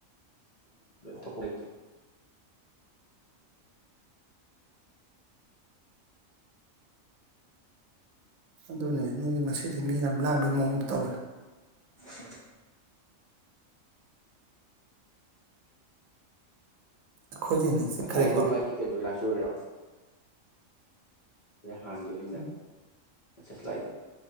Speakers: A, on the left (about 55°); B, on the right (about 85°).
A: ꯊꯣꯛꯄ ꯂꯩꯇꯦ
B: ꯑꯗꯨꯅꯦ ꯅꯣꯏ ꯉꯁꯤꯗꯤ ꯃꯤ ꯌꯥꯝ ꯂꯥꯡꯕꯩ ꯃꯑꯣꯡꯗ ꯇꯧꯑꯦ
A: <inaudible>
B: ꯑꯩꯈꯣꯏꯗꯤ ꯍꯦꯟꯅ ꯆꯤꯛꯈ꯭ꯔꯦꯀꯣ
A: ꯉꯁꯥꯏꯗꯨ ꯉꯔꯤ ꯀꯩꯅꯣ ꯂꯥꯁ ꯑꯣꯏꯔꯤꯔꯣ ꯍꯥꯟꯒꯤꯕꯒꯤꯅꯤꯗ
B: ꯎꯝ
A: ꯃꯦꯁꯦꯁ ꯂꯥꯛꯏ ꯗꯣ